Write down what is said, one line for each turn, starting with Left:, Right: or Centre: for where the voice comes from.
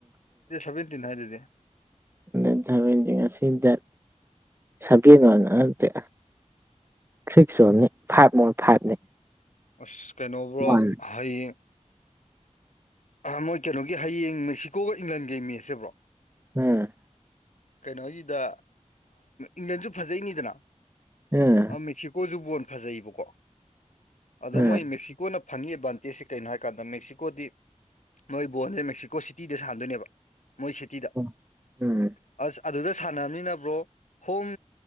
Left: ꯁꯃ ꯇꯤꯟ ꯍꯤꯗꯤ
Right: ꯗꯦꯠ ꯁꯕꯦꯟꯗꯤ ꯉꯁꯤ ꯗꯦꯠ ꯁꯥꯀꯦꯟ ꯑꯣꯏꯅ ꯅꯠꯇꯦ ꯁꯤꯛꯁꯅꯤ ꯐꯥꯏꯚ ꯃ ꯐꯥꯏꯚꯅꯤ
Left: ꯑꯁ ꯀꯩꯅꯣꯕꯣ
Right: ꯋꯥꯟ
Left: ꯍꯌꯦꯡ ꯑ ꯃꯣꯏ ꯀꯩꯅꯣꯒꯤ ꯍꯌꯦꯡ ꯃꯦꯛꯁꯤꯀꯣꯒ ꯏꯪꯂꯦꯟꯒꯩ ꯃꯦꯠꯁꯦꯕ꯭ꯔꯣ
Right: ꯎꯝ
Left: ꯀꯩꯅꯣꯁꯤꯗ ꯏꯪꯂꯦꯟꯁꯨ ꯐꯖꯩꯅꯤꯗꯅ
Right: ꯎꯝ
Left: ꯑ ꯃꯦꯛꯁꯤꯀꯣꯁꯨ ꯕꯣꯟ ꯐꯖꯩꯕꯀꯣ ꯑꯗ
Right: ꯎꯝ
Left: ꯃꯣꯏ ꯃꯦꯛꯁꯤꯀꯣꯅ ꯐꯟꯒꯤ ꯑꯦꯗꯚꯥꯟꯇꯦꯖꯁꯦ ꯀꯔꯤꯩꯅꯣ ꯍꯥꯏꯀꯥꯟꯗ ꯃꯦꯛꯁꯤꯀꯣꯗꯤ ꯃꯣꯏ ꯕꯣꯟꯁꯦ ꯃꯦꯛꯁꯤꯀꯣ ꯁꯤꯇꯤꯗ ꯁꯥꯟꯅꯗꯣꯏꯅꯦꯕ ꯃꯣꯏ ꯁꯤꯇꯤꯗ
Right: ꯑꯣ ꯎꯝ
Left: ꯑꯁ ꯑꯗꯨꯗ ꯁꯥꯟꯅꯔꯝꯅꯤꯅꯕ꯭ꯔꯣ ꯍꯣꯝ